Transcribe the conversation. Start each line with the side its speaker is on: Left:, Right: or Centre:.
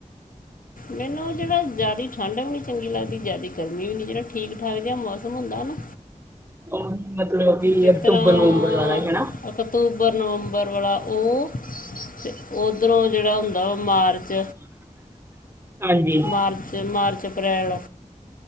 Left: ਮੈਨੂੰ ਜਿਹੜਾ ਜ਼ਿਆਦਾ ਠੰਡ ਵੀ ਨਹੀਂ ਚੰਗੀ ਲੱਗਦੀ ਜ਼ਿਆਦਾ ਗਰਮੀ ਵੀ ਨਹੀਂ ਜਿਹੜਾ ਠੀਕ ਠਾਕ ਜਿਹਾ ਮੌਸਮ ਹੁੰਦਾ ਨਾ
Right: ਉਹ ਨਹੀਂ ਮਤਲਬ ਵੀ
Left: ਜਿਸ
Right: ਅਕਤੂਬਰ
Left: ਤਰ੍ਹਾਂ
Right: ਨਵੰਬਰ ਵਾਲਾ ਹੀ ਹਨਾ।
Left: ਅਕਤੂਬਰ ਨਵੰਬਰ ਵਾਲਾ ਉਹ ਤੇ ਓਧਰੋਂ ਜਿਹੜਾ ਹੁੰਦਾ ਵਾ ਮਾਰਚ
Right: <inaudible> ਹਾਂਜੀ
Left: ਮਾਰਚ-ਮਾਰਚ ਅਪ੍ਰੈਲ